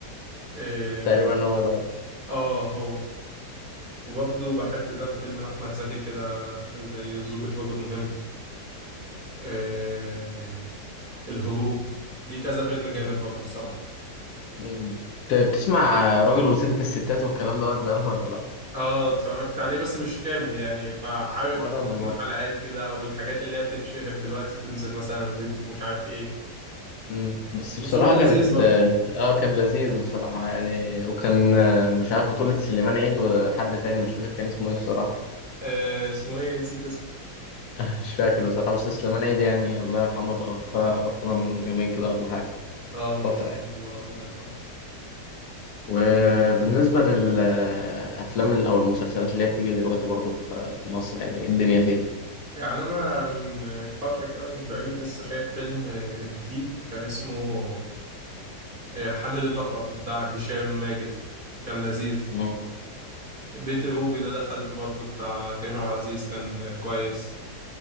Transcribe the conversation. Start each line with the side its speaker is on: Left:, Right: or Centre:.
Right: إيه،
Left: تقريبا هو ده
Right: اه هو وبرضه بحب كام فيلم لأحمد زكي كده زي زوجة رجل مهم إيه، الهروب ليه كذا فيلم جامد
Left: مم.
Right: برضه الصراحة
Left: مم. كنت بتسمع راجل وست الستات والكلام دوت زمان ولا لا؟
Right: اه اتفرجت عليه بس مش كامل يعني فعارف
Left: ولا
Right: منه
Left: انا برضه
Right: حلقات كده او الحاجات اللي هي بتتشهر دلوقتي تنزل مثلا فيديو مش عارف ايه
Left: مم. بس بصراحة
Right: بس هو لذيذ
Left: كانت
Right: برضه
Left: اه كان لذيذ بصراحة يعني وكان آه، مش عارف بطولة سليمان عيد وحد تاني مش فاكر كان اسمه ايه بصراحة
Right: آه اسمه ايه نسيت اسمه
Left: <laughs> مش فاكر بصراحة بس سليمان عيد يعني الله يرحمه توفى ربنا من يومين كده ولا حاجة
Right: اه من
Left: فترة يعني.
Right: اسبوع الله يرحمه
Left: وبالنسبة للأفلام أو المسلسلات اللي هي بتيجي دلوقتي برضه في في مصر يعني إيه الدنيا فيها
Right: يعني انا من فترة كده مش بعيد لسه شايف فيلم آه، جديد كان اسمه آه، حامل اللقب بتاع هشام ماجد كان لذيذ
Left: مم.
Right: بيت الروبي ده دخلته برضه بتاع كريم عبد العزيز كان آه، كويس